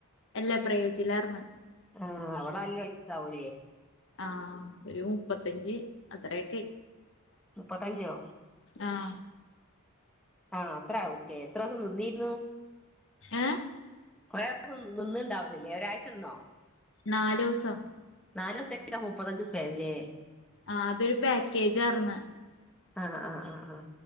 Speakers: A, on the left; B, in the centre.
A: എല്ലാ പ്രൈവറ്റിൽ ആയിർന്നു
B: ആ അവിടെ നല്ലൊരു പൈസ ആവൂല്ലേ-
A: ആ ഒരു മുപ്പത്തഞ്ച് അത്രയൊക്കെ ആയി-
B: മുപ്പത്തഞ്ചോ
A: ആഹ്
B: ആ അത്രയാവും ഇല്ലേ എത്ര ദിവസം നിന്നിരുന്നു-
A: ഏ
B: ഓര് എത്ര നിന്നിട്ടുണ്ടാവില്ലല്ലേ ഒരാഴ്ച നിന്നോ-
A: നാലുസം -
B: നാലുദിവസത്തേക്കാ മുപ്പത്തഞ്ച് റുപ്പി ആയല്ലേ-
A: ആ അതൊരു പാക്കേജ് ആർന്ന്
B: ആ ആആ അ